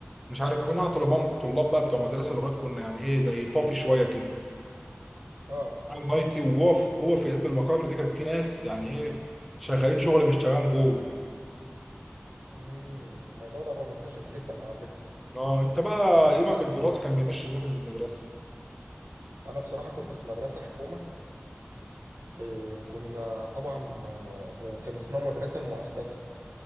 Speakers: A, in the centre; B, on the right.
A: مش عارف إيه. كنا احنا طلاب طلاب بقى بتوع مدرسة لغات كنا يعني ايه زي فافي شوية كده
B: اه
A: عامل نايتي وجوه في جوه في قلب المقابر دي كان في ناس يعني ايه شغالين شغل مش تمام جوه
B: امم الموضوع ده بقى منتشر جدا على فكرة
A: اه انت بقى يومك الدراسي كان بيمشي ازاي في المدرسة
B: انا بصراحة كنت في مدرسة حكومة إيه كنا طبعا آه، كان اسمها مدرسة المؤسسة